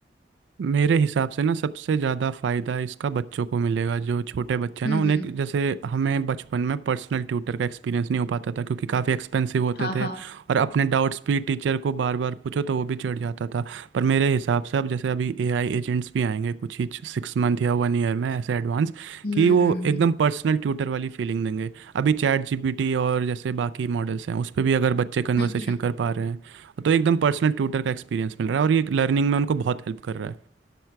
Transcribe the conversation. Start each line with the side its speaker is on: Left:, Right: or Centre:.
Right: मेरे हिसाब से ना सबसे ज़्यादा फ़ायदा इसका बच्चों को मिलेगा जो छोटे बच्चे हैं
Left: हम्म
Right: ना उन्हें
Left: हम्म
Right: एक- जैसे हमें बचपन में पर्सनल ट्यूटर का एक्सपीरियंस नहीं हो पाता था क्योंकि काफ़ी एक्सपेंसिव होते
Left: हाँ
Right: थे
Left: हाँ
Right: और अपने डाउट्स भी टीचर को बार बार पूछो तो वो भी चिढ़ जाता था पर मेरे हिसाब से अब जैसे अभी एआई एजेंट्स भी आएंगे कुछ ही सिक्स मंथ या वन ईयर में ऐसे एडवांस
Left: हम्म
Right: कि वो
Left: हम्म
Right: एकदम पर्सनल ट्यूटर वाली फीलिंग देंगे अभी चैट जीपीटी और जैसे बाकी मॉडल्स हैं उस पर भी अगर बच्चे कन्वर्सेशन
Left: हम्म।
Right: कर पा रहे हैं तो एकदम पर्सनल ट्यूटर का एक्सपीरियंस मिल रहा है और ये लर्निंग में उनको बहुत हेल्प कर रहा है